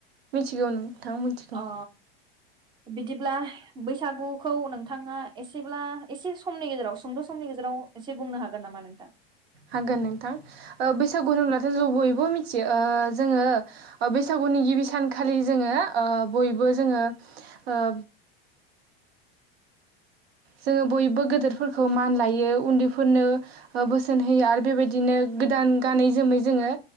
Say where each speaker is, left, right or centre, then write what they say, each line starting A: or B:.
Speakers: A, on the right; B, on the right.
A: मिथिगौ नोंथां मिथिगौ।
B: अ बिदिब्ला बैसागु खौ नोंथाङा एसेब्ला एसे समनि गेजेराव सुंद' समनि गेजेराव एसे बुंनो हागोन नामा नोंथां?
A: हागोन नोंथां ओ बैसागु होनब्लाथ' जों बयबो मिथियो ओ जोङो बैसागुनि गिबि सानखालि जोङो ओ बयबो जोङो ओ जोङो बयबो गोदोरफोरखौ मान लायो उन्दैफोरनो बोसोन होयो आरो बेबायदिनो गोदान गानै जोमै जोङो